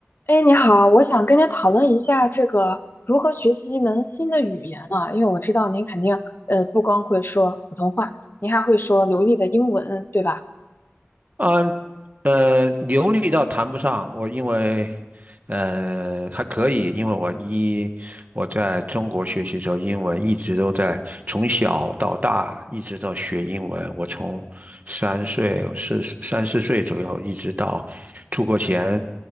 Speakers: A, on the left; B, on the right.
A: 哎，你好，我想跟您讨论一下这个如何学习一门新的语言啊，因为我知道您肯定呃不光会说普通话，您还会说流利的英文，对吧？
B: 嗯，呃，流利倒谈不上，我因为，呃，还可以，因为我一我在中国学习的时候，英文一直都在从小到大一直到学英文，我从三岁四三四岁左右一直到出国前